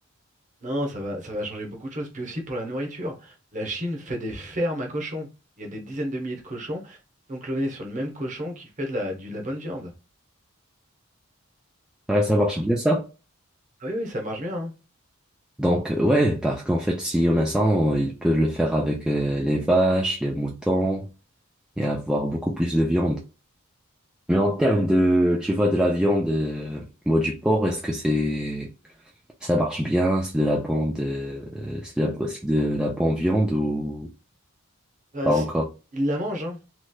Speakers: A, on the right; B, in the centre.
A: Non, ça va, ça va changer beaucoup de choses. Puis aussi pour la nourriture, la Chine fait des fermes à cochons. Il y a des dizaines de milliers de cochons qui sont clonés sur le même cochon qui fait de la, du- de la bonne viande.
B: Ouais,
A: Tu te
B: ça
A: rends compte?
B: marche bien ça.
A: Ah oui, oui, ça marche bien. hein.
B: Donc, ouais, parce qu'en fait, si on a ça, on- ils peuvent le faire avec euh, les vaches, les moutons et avoir beaucoup plus de viande. Mais en termes de, tu vois, de la viande, euh, ou du porc, est-ce que c'est, ça marche bien? C'est de la bonne, euh, c'est de la, c'est de la bonne viande ou
A: Bah,
B: pas
A: c'est-
B: encore?
A: ils la mange. hein.